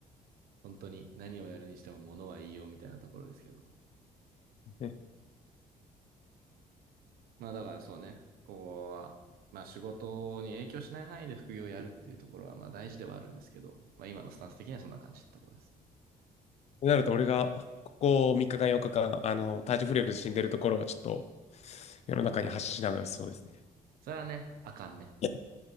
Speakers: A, on the right; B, on the left.
A: 本当に何をやるにしても物は言いようみたいなところですけど。
B: ね
A: まあだからそうね、ここは、まあ仕事に影響しない範囲で副業をやるっていうところはまあ大事ではあるんですけど、まあ今のスタンス的にはそんな感じってところです。
B: となると、俺がここ3日間、4日間、あの、体調不良で死んでるところは、ちょっと世の中に発信しながらそうです。
A: それはね、あかんね。
B: いやこ